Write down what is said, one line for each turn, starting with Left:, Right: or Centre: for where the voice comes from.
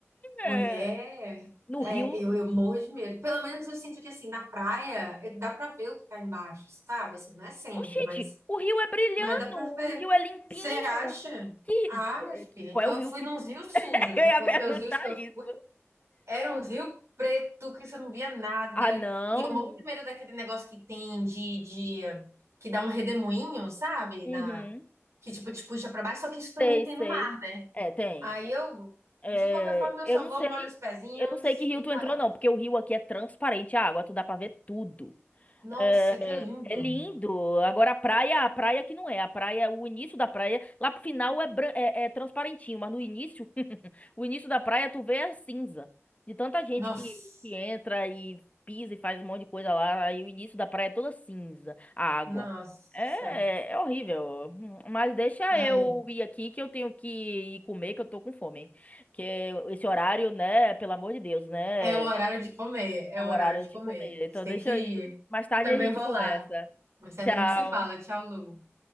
Right: Mulher,
Left: É, no rio.
Right: é, eu, eu morro de medo. Pelo menos eu sinto que, assim, na praia, eh, dá pra ver o que tá embaixo, sabe? Assim, não é sempre,
Left: Oxente,
Right: mas,
Left: o rio é brilhando,
Right: mas dá pra
Left: o
Right: ver.
Left: rio é limpinho.
Right: Você acha?
Left: Que,
Right: Ah,
Left: eh,
Right: minha filha,
Left: que- qual
Right: então
Left: é o
Right: eu
Left: rio
Right: fui
Left: que
Right: nos
Left: tu.
Right: rios sujos,
Left: <laughs> Eu
Right: viu?
Left: ia
Right: Porque
Left: perguntar
Right: os rios que eu...
Left: isso.
Right: Eram uns rios preto que você não via nada.
Left: Ah, não.
Right: E eu morro de medo daquele negócio que tem de... de eh, que dá um redemoinho, sabe?
Left: Uhum.
Right: Na... Que, tipo, te puxa pra baixo. Só que isso também
Left: Sei,
Right: tem no
Left: sei.
Right: mar, né?
Left: É, tem.
Right: Aí eu...
Left: É,
Right: De qualquer forma, eu
Left: eu
Right: só
Left: não
Right: vou,
Left: sei,
Right: molho os pezinhos
Left: eu não sei que rio
Right: e
Left: tu
Right: tá
Left: entrou, não,
Right: ótimo.
Left: porque o rio aqui é transparente a água, tu dá pra ver tudo.
Right: Nossa,
Left: É,
Right: que lindo.
Left: é lindo. Agora a praia, a praia que não é. A praia, o início da praia, lá pro final é, bran- é, é transparentinho, mas no início, <laughs> o início da praia tu vê é cinza. De tanta gente
Right: Nossa,
Left: que, que entra e pisa e faz um monte de coisa lá, aí o início da praia é toda cinza, a água.
Right: nossa.
Left: É, é é horrível. Mas deixa
Right: Ai,
Left: eu ir aqui que eu tenho que ir comer, que eu tô com fome. Que é esse horário, né, pelo amor de Deus, né?
Right: é o horário de comer, é
Left: É
Right: o
Left: o
Right: horário
Left: horário
Right: de
Left: de
Right: comer.
Left: comer.
Right: A
Left: Então
Right: gente tem
Left: deixa
Right: que ir.
Left: eu ir. Mais tarde
Right: Também
Left: a gente
Right: vou
Left: conversa.
Right: lá. Mas a
Left: Tchau.
Right: gente se fala. Tchau, Lu.